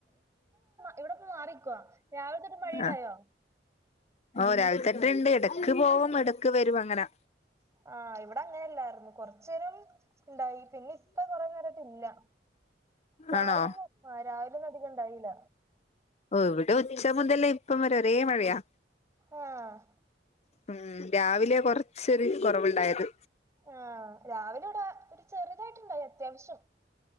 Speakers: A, on the right; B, on the left.
A: ഇവിടെപ്പ മാറിക്കോ രാവിലത്തെ തൊട്ട് മഴയിണ്ടായോ
B: ആ ഓ രാവിലെതൊട്ട്ണ്ട് ഇടക്ക് പോവും ഇടക്ക് വരും അങ്ങനെ
A: ആഹ് ഇവിടെ അങ്ങനെല്ലായിരുന്നു കൊറച്ച നേരം ഇണ്ടായി പിന്നെ ഇപ്പ കൊറെ നേരായിട്ടില്ല രാവിലെന്നും
B: ആണോ
A: രാവിലെന്നും അധികം ഇണ്ടായില്ല
B: ഉം ഇവിടെ ഉച്ച മുതല് ഇപ്പം വരെ ഒരേ മഴയാ
A: ആഹ്
B: ഉം രാവിലെ കൊറച്ചൊരു കൊറവ്ണ്ടായത്
A: ആഹ് രാവിലെ ഇവിടെ ചെറുതായിട്ടുണ്ടായിനി അത്യാവശ്യം